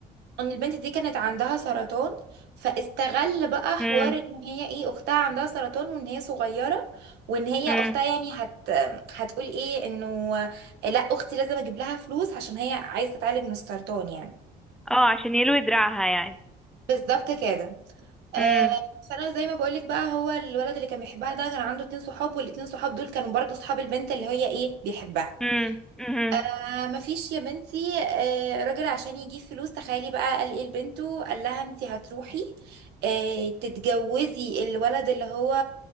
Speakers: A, on the right; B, in the centre.
A: ان البنت دي كانت عندها سرطان فاستغل بقى حوار
B: امم
A: ان هي ايه اختها عندها سرطان وان هي صغيره وان هي
B: امم
A: اختها يعني هت هتقول ايه انه لا اختي لازم اجيب لها فلوس عشان هي عايزه تتعالج من السرطان يعني
B: اه عشان يلوي دراعها يعني
A: بالظبط كده آه
B: امم
A: فانا زي ما بقولك بقى هو الولد اللي كان بيحبها ده كان عنده اتنين صحاب والاتنين صحاب دول كانوا برضو صحاب البنت اللي هي ايه بيحبها
B: امم امم
A: آه مفيش يا بنتي آه راجل عشان يجيب فلوس تخيلي بقى قال ايه لبنته قال لها انت هتروحي آه تتجوزي الولد اللي هو